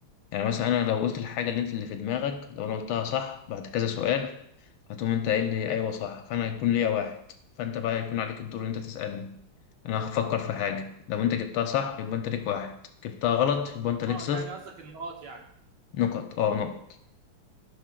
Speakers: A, on the left; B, on the right.
A: يعني مثلا انا لو قلت الحاجه اللي انت اللي في دماغك لو انا قلتها صح بعد كذا سؤال هتقوم انت قايل لي ايوه صح فانا هيكون ليا واحد فانت بقى هيكون عليك الدور ان انت تسالني انا هفكر في حاجه لو انت جبتها صح يبقى انت ليك واحد جبتها غلط يبقى انت ليك
B: اه
A: صفر
B: يعني قصدك النقاط يعني
A: نقط اه نقط